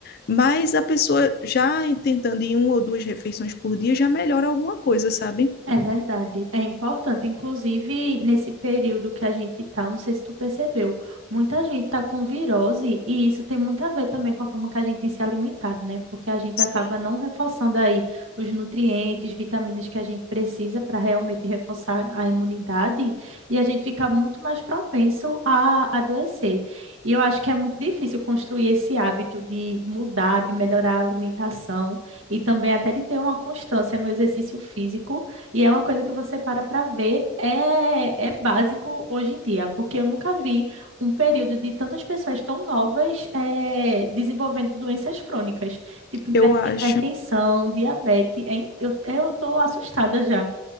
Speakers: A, on the left; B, on the right.
A: mas a pessoa já tentando em uma ou duas refeições por dia já melhora alguma coisa, sabe?
B: É verdade, é importante. Inclusive, nesse período que a gente tá, não sei se tu percebeu, muita gente tá com virose e isso tem muito a ver também com a forma que a gente tem se alimentado, né? Porque a gente
A: Sim.
B: acaba não reforçando aí os nutrientes, vitaminas que a gente precisa para realmente reforçar a imunidade e a gente fica muito mais propenso a adoecer. E eu acho que é muito difícil construir esse hábito de mudar, de melhorar a alimentação e também até de ter uma constância no exercício físico e é uma coisa que você para para ver, é, é básico hoje em dia, porque eu nunca vi um período de tantas pessoas tão novas eh, desenvolvendo doenças crônicas, tipo hiper-
A: Eu acho.
B: hipertensão, diabetes. É in- eu, eu tô assustada já.